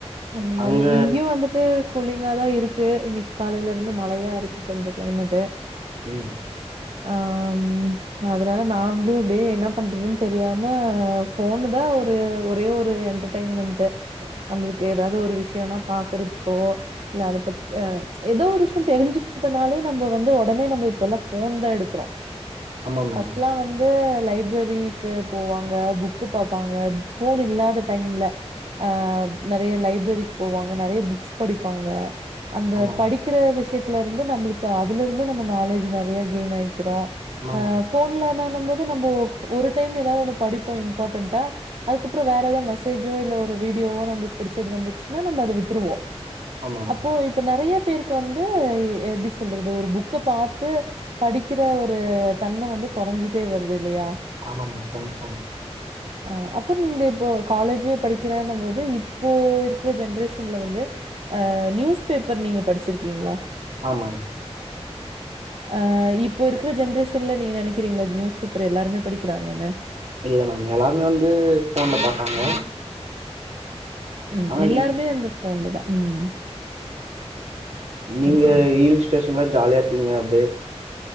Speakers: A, on the right; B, on the right.
A: அந்த மாறி
B: அங்க
A: இங்கயும் வந்து ட்டு கூலிங்கா தான் இருக்கு இன்னிக்கு காலையில இருந்து மழையா இருக்கு கொஞ்சம் கிளைமேட்டு்
B: ம்
A: ஆ ம் அதனால நாங்களும் அப்டே என்ன பண்றதுன்னு தெரியாம ஃபோனு தான் து ஒரே ஒரு என்டர்டைன்மெண்ட் நம்மளுக்கு ஏதாவது ஒரு விஷயம்னா பாக்றதுக்கோ இல்ல அதைப்பத் அ ஏதோ ஒரு விஷயம் தெரிஞ்சுக்கிறதுனாலே நம்ப வந்து உடனே நம்ம இப்ப எல்லாம் ஃபோன் தான் எடுக்கறோ
B: ஆமா மேம்
A: ஃபர்ஸ்ட்லாம் வந்து லைப்ரரிக்கு போவாங்க புக்கு பாப்பாங்க ஃபோன் இல்லாத டைம்ல அ நிறைய லைப்ரரிக்கு போவாங்க நிறைய புக்ஸ் படிப்பாங்க அந்த
B: ஆமா
A: படிக்கிற விஷயத்துல இருந்து நம்மளுக்கு அதுல இருந்தும் நம்ம நாலேஜ் நிறைய கெயின் ஆய்க்கிறோம்
B: ஆமா மேம்
A: அ ஃபோன்லனான்னும் போது நம்போ ஒரு டைம் ஏதாவது ஒண்ணு படிப்போம் இம்பார்ட்டன்டா அதுக்கப்பறம் வேற ஏதாவது மெசேஜோ இல்ல ஒரு வீடியோவோ நம்மளுக்கு புடிச்சது வந்துருச்சுன்னா நம்ப அத விட்டுருவோம்
B: ஆமா மேம்
A: அப்போ இப்ப நிறைய பேருக்கு வந்து எப்டி சொல்றது ஒரு புக்க பாத்து படிக்கிற ஒரு தன்ம வந்து குறஞ்சிட்டே வருது இல்லையா
B: ஆமா மேம் கன்பாஃர்ம்
A: அ அப்போ நீங்க இப்போ காலேஜ்ல படிக்கிறன்னும் போது இப்போ இருக்கிற ஜென்ரேஷன்ல வந்து அ நியூஸ் பேப்பர் நீங்க படிச்சிருக்கீங்களா
B: ஆ மேம்
A: அ இப்போ இருக்கிற ஜென்ரேஷன்ல நீங்க நினைக்கறீங்களா நியூஸ் பேப்பர் எல்லாருமே படிக்கிறாங்கன்னு
B: இல்ல மேம் எல்லோருமே வந்து ஃபோன்ல பாப்பாங்க
A: ம்
B: ஆனா
A: எல்லாருமே இந்த ஃபோன்ல தான் ம் ம் ம்
B: நீங்க
A: சொல்லுங்க.
B: ஹீல் ஸ்டேஷன்ல ஜாலியா இருப்பீங்க அப்டே